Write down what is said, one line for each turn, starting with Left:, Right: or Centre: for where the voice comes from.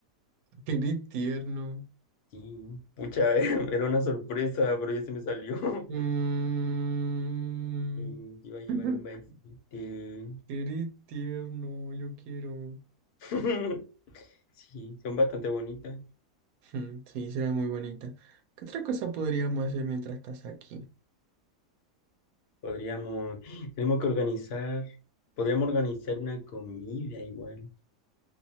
Right: Qué ni tierno.
Left: Sí, pucha, <laughs> era una sorpresa, pero ya se me salió. <laughs>
Right: Mm.
Left: Y te iba a llevar
Right: <laughs>
Left: un vasito.
Right: Qué ni tierno, yo quiero. <laughs>
Left: <laughs> Sí, son bastante bonitas.
Right: Hmm, Sí, se ve muy bonita. ¿Qué otra cosa podríamos hacer mientras estás aquí?
Left: Podríamos, tenemos que organizar, podríamos organizar una comida igual.